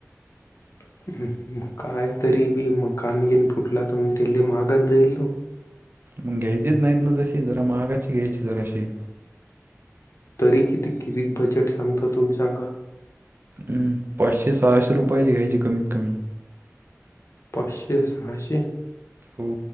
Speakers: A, on the left (about 60°); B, on the right (about 45°).
A: <inaudible> काय तरी बी मग कान घेन फुटला तर मग तेले मागात जाईल ना.
B: मग घ्यायचीच नाहीत ना तशी जरा महागाची घ्यायची जराशी.
A: तरी किती किती बजेट सांगता तुम्ही सांगा?
B: हम् पाचशे सहाशे रुपयाची घ्यायचे कमीत कमी.
A: पाचशे, सहाशे...
B: हो